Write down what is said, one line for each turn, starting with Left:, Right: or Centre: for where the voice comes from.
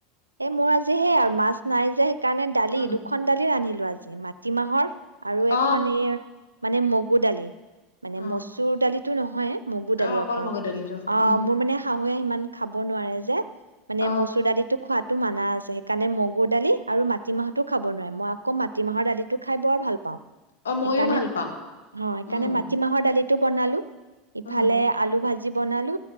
Right: এ মোৰ আজিহে এই আৰু মাছ নাই যে। সেইকাৰণে দালি,
Left: উম
Right: দুখন দালি ৰান্ধিলো। আজি, মাটিমাহৰ আৰু
Left: অ
Right: এখন এই মানে, মগু দালি? মানে,
Left: অ
Right: মচুৰ দালিত টো নহয়। মগু
Left: অ
Right: দালি অকল,
Left: মগু দালিটো
Right: অ',
Left: উম
Right: মোৰ মানে শাহ হোয়ে সিমান খাব নোৱাৰে যে মানে
Left: অ
Right: মচুৰ দালিত খোৱাতটো মানা আছে। সেইকাৰণে মগুৰ দালি আৰু মাটি মাহতো খাব নোৱাৰে, মই আকৌ মাটিমাহৰ দালিো খাই বৰ ভাল পাওঁ।
Left: অ মইয়ো
Right: সেইকাৰণে
Left: ভাল পাওঁ
Right: হ' সেইকাৰণে
Left: উম
Right: মাটিমাহৰ দালিত টো বনালো। ইফালে
Left: উম
Right: আলু ভাজি, জি বনালো।